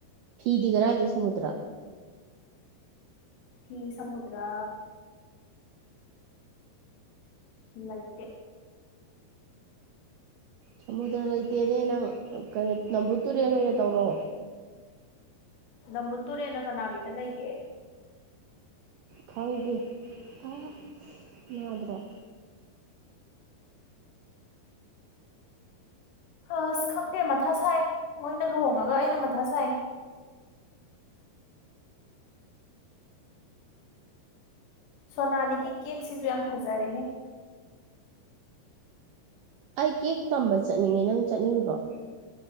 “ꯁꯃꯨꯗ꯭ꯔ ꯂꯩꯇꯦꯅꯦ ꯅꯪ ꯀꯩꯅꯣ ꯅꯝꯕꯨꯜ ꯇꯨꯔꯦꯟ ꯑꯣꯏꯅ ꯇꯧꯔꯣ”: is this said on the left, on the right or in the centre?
Right